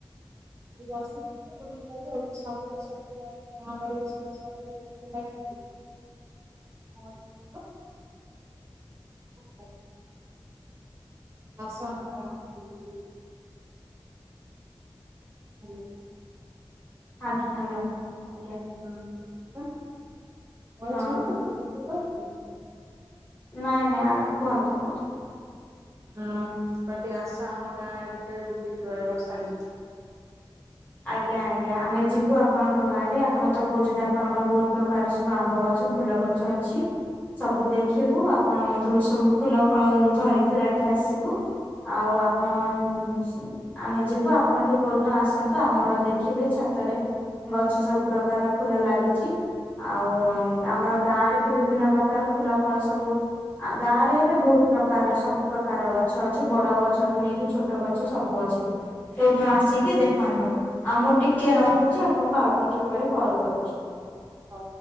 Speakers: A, on the right; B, on the left.
A: ଏ ବର୍ଷ କୋଡିଏ ଦିନ ଲାଗେ ଆଉଟ ଶବୁଦ ଶବ୍ଦ କଣା ପଡିବ ସେ ଶବୁଦ ଶବ୍ଦ ଲାଗେ <unintelligible>
B: <inaudible>
A: <unintelligible> ଆସ ଆମ ଗାଁ ବୁଲିକି ଯିବ। ହାଲୋ।
B: ଆଜ୍ଞା ହ୍ୟାଲୋ। ଆଜ୍ଞା
A: ହଁ ବ କଣ ହେଲା
B: ହଁ
A: ବ୍ୟସ୍ତ <unintelligible>
B: ନାଇଁ ନାଇଁ କୁହନ୍ତୁ କୁହନ୍ତୁ।
A: ହଁ କହିଁଲି ଟିକେ ଆସ ଆମ ଗାଁ ଆଡେ କେବେ ବୁଲିଯିବ ରହ ବର୍ଷାଡିକ
B: ଆଜ୍ଞା ଆଜ୍ଞା ଆମେ ଯିବୁ ଆପଣଙ୍କ ଗାଁରେ ଆପଣ ତ କହୁଛନ୍ତି ଆପଣଙ୍କର ବହୁତ ପ୍ରକାର ସବୁ ଆମ୍ବ ଗଛ ଗଛ ଫୁଲ ଗଛ ଅଛି ସବୁ ଦେଖିବୁ ଆପଣଙ୍କଠୁ ସବୁ ଫୁଲ ଫଳ ଧରି ଧୁରାକି ଆସିବୁ। ଆଉ ଆପଣ ଉ ସ୍ ଆମେ ଯିବୁ ଆପଣ ବି କୋଉଦିନ ଆସନ୍ତୁ। ତ ଆମର ଦେଖିବେ ଛାତରେ ଗଛ ସବୁ ପ୍ରକାର ଫୁଲ ଲାଗିଛି। ଆଉ ଆମର ଗାଁ ରେ ବି ବିଭିନ୍ନ ପ୍ରକାର ଫୁଲ ଫଳ ସବୁ ଆ ଗାଁ ରେ ହେଲେ ବହୁତ ପ୍ରକାରର ସବୁ ପ୍ରକାର ଗଛ ଅଛି। ବଡ ଗଛ ଠୁ ନେଇକି ଛୋଟ ଗଛ ସବୁ ଅଛି ମ୍ ଅଛି କୋଉଦିନ ଆସିକି ଦେଖନ୍ତୁ। ଆଉ ମୁଁ ଟିକେ ରଖୁଛି ଆପଣଙ୍କୁ ଆଉ ଟିକେ ପରେ କଲ କରୁଛି।
A: ହଉ।